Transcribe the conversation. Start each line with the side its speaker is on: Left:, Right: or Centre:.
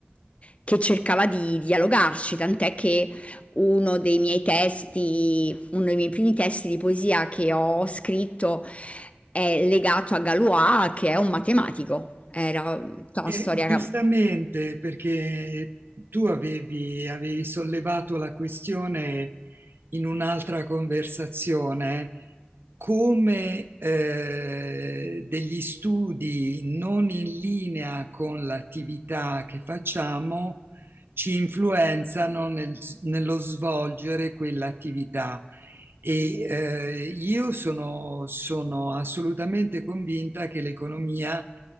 Left: che cercava di dialogarci, tant'è che uno dei miei testi uno dei miei primi testi di poesia che ho scritto è legato a Galois, che è un matematico. Era tutta
Right: Eh,
Left: una storia
Right: giustamente, perché tu avevi, avevi sollevato la questione in un'altra conversazione, come eh, degli studi non in linea con l'attività che facciamo ci influenzano nel- nello svolgere quell'attività. E eh, io sono, sono assolutamente convinta che l'economia